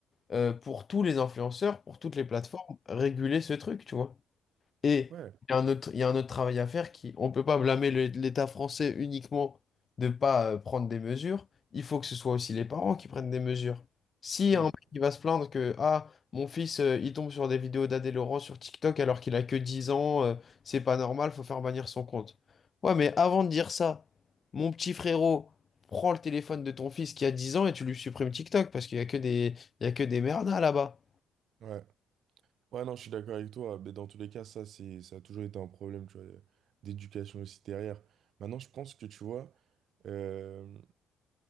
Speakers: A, on the left; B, on the right.
A: euh, pour tous les influenceurs, pour toutes les plateformes, réguler ce truc, tu vois. Et
B: Ouais.
A: il y a un autre, il y a un autre travail à faire qui, on ne peut pas blâmer le- l'État français uniquement de ne pas euh, prendre des mesures. Il faut que ce soit aussi les parents qui prennent des mesures. Si
B: Mm.
A: un mec qui va se plaindre que ah mon fils euh, il tombe sur des vidéos d'Adé Laurent sur TikTok alors qu'il a que 10 ans, euh, c'est pas normal, faut faire bannir son compte. Ouais, mais avant de dire ça, mon petit frérot, prends le téléphone de ton fils qui a 10 ans et tu lui supprimes TikTok parce qu'il y a que des il y a que des merdas là-bas.
B: Ouais. Ouais, non, je suis d'accord avec toi. Mais dans tous les cas, ça, c'est, ça a toujours été un problème, tu vois, euh, d'éducation aussi derrière. Maintenant, je pense que, tu vois, euh,